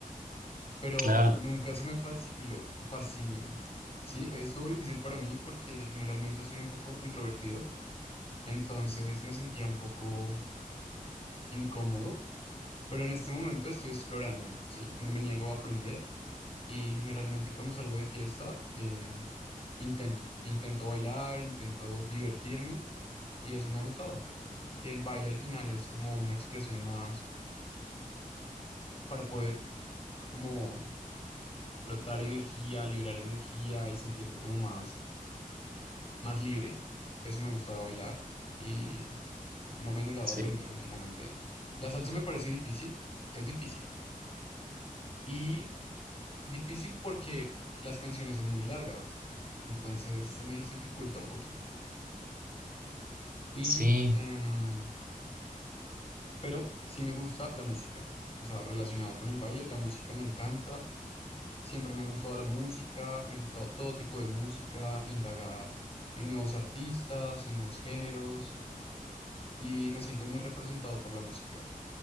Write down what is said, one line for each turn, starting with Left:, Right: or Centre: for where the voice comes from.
Left: pero
Right: claro.
Left: nunca se me facilitó, fácil, sí, estuvo difícil para mí porque generalmente soy un poco introvertido, entonces me sentía un poco incómodo, pero en este momento estoy explorándolo, sí, no me niego a aprender y generalmente cuando salgo de fiesta eh, intento, intento bailar, intento divertirme y eso me ha gustado, que el baile al final es como una expresión más para poder como brotar energía, liberar energía y sentirte como más más libre. Eso me gusta de bailar y no me he negado
Right: Sí,
Left: a aprender últimamente. La salsa me parece difícil, es difícil. Y difícil porque las canciones son muy largas, entonces se me dificulta un poquito. Y,
Right: sí,
Left: em, pero sí me gusta la música, o sea, relacionado con el baile, la música me encanta. Siempre me han gustado la música, me ha gustado todo tipo de música, indagar en nuevos artistas, en nuevos géneros, y me siento muy representado por la música.